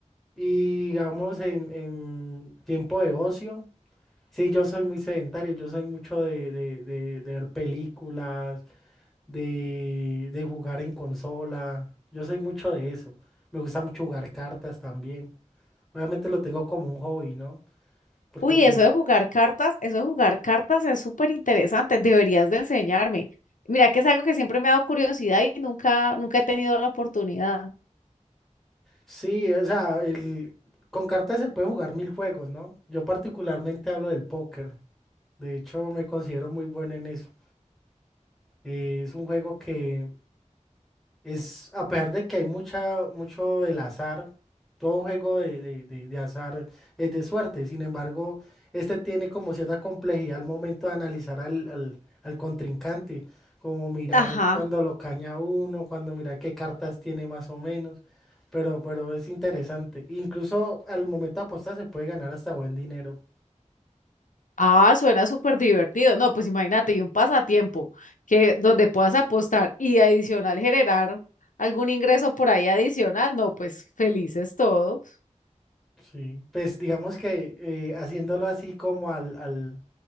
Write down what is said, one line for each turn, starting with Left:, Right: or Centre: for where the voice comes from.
Centre: Y digamos en, en tiempo de ocio, sí, yo soy muy sedentario, yo soy mucho de, de- de- de ver películas, de, de jugar en consola, yo soy mucho de eso. Me gusta mucho jugar cartas también. Obviamente lo tengo como un hobby, ¿no? Porque
Left: Uy,
Centre: pues
Left: eso de jugar cartas, eso de jugar cartas es súper interesante, deberías de enseñarme. Mira que es algo que siempre me ha dado curiosidad y nunca, nunca he tenido la oportunidad.
Centre: Sí, o sea, el- con cartas se puede jugar mil juegos, ¿no? Yo particularmente hablo del póker. De hecho, me considero muy bueno en eso. Eh, es un juego que es, a pesar de que hay mucha, mucho del azar, todo juego de, de- de- de azar es de suerte, sin embargo, este tiene como cierta complejidad al momento de analizar al, al- al contrincante, como mirar
Left: Ajá.
Centre: cuando lo caña uno, cuando mirar qué cartas tiene más o menos, pero, pero es interesante. Incluso al momento de apostar se puede ganar hasta buen dinero.
Left: Ah, suena súper divertido. No, pues imagínate, y un pasatiempo que donde puedas apostar y adicional generar algún ingreso por ahí adicional. No, pues felices todos.
Centre: Sí. Pues digamos que eh, haciéndolo así como al, al,